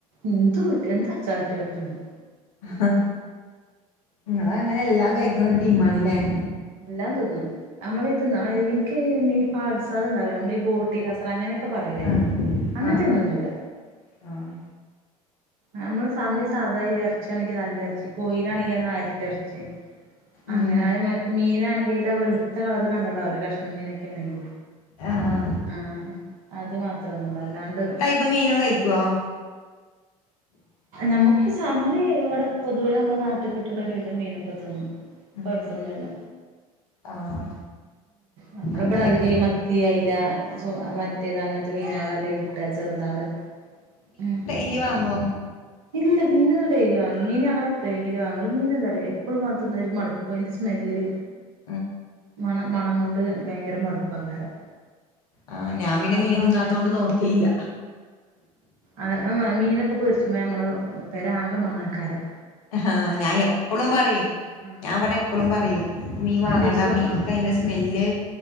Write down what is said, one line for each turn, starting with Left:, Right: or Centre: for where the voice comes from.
Right: എന്ത്കിട്ടിയാ അച്ചാറ് കിട്ടിയാലും തിന്നും
Left: ആഹ് ങ്ങള് അങ്ങനെ എല്ലാം കഴിക്കുന്ന ഒരു
Right: ഉം
Left: ടീമാണല്ലെ
Right: എല്ലാം തിന്നും നമ്മളീ തിന്ന എനിക്കീ പാട്‌സ്‌ണ്ടാവല്ലൊഈ ബോട്ടി അതങ്ങനൊക്കെ പറീലെ
Left: ആഹ്
Right: അങ്ങനത
Left: ആഹ്
Right: ഒന്നും
Left: ആഹ്
Right: തിന്നൂല
Left: ആഹ്
Right: നമ്മള് സാധാ ഇറച്ചിയാണെങ്കി നല്ല ഇറച്ചി കോയിലാണെങ്കിനാരിൻ്റെ ഇറച്ചി അങ്ങനേണങ്കി
Left: ഉം
Right: മെരത്ത് മീനാണ്ണങ്കി ആ വെള്ത്തകളറ് കണ്ട്ണ്ടാവൂലെകഷ്ണ മീനാണെങ്കി
Left: ആഹ്
Right: ആഹ്അത് മാത്രം തിന്നൊള്ളൂ അല്ലാണ്ട്
Left: ഇപ്പൊ മീനും കഴിക്കോ
Right: നമ്മുക്ക് ഇവിടെ പൊതുവെ നമ്മുടെ നാട്ടില് കിട്ടുന്ന ഒരു വിധം മീനൊക്കെ തിന്നും
Left: ഉം
Right: കൊഴപ്പൊന്നു ല്ല
Left: ആഹ്
Right: നമ്മള
Left: അങ്ങനെയൊക്കെ
Right: ഇബടെ അധികം ഈ മത്തി മത്തി അയില സു മറ്റേത് അങ്ങനത്തെ മീനാളല്ലേ കി ട്ട ചെറ് താളല്ലേ മ്മ്
Left: ഇയ്യ് വാങ്ങോ
Right: ഇല്ല മീനോന്നും ഡെയ്‌ലി വാങ്ങൂല മീൻ ഞങ്ങള് പ്പോഴെങ്കിലും വാങ്ങോള്ളൂ മീന് എന്താറയോ എപ്പളും തിന്നാ ഒരു മടുപ്പ് അയിന്റെ സ്മെല്ല്
Left: <inaudible>
Right: മ മണം കൊണ്ട് ഭയങ്കര മടുപ്പാക്കാരം
Left: ആഹ് ഞാൻ പിന്നെ
Right: അപ്പൊ
Left: മീൻ തിന്നാത്തോണ്ട്
Right: അങ്ങനെ
Left: നോക്കലില്ല
Right: ആഹ് മീനൊക്കെ പേരിച്ച് മ്പോ നമ്മളെ പെര ആകെ മണെക്കാരം
Left: ആഹ് ഹ ഞാൻ എപ്പളും പറയും
Right: ആഹ്
Left: ഞാൻ വെടെ എപ്പോളും പറയും മീൻ വാങ്ങണ്ട
Right: രണ്ടീസം
Left: മീൻക്ക്
Right: ആഹ്
Left: അയിന്റെ സ്മെല്ല്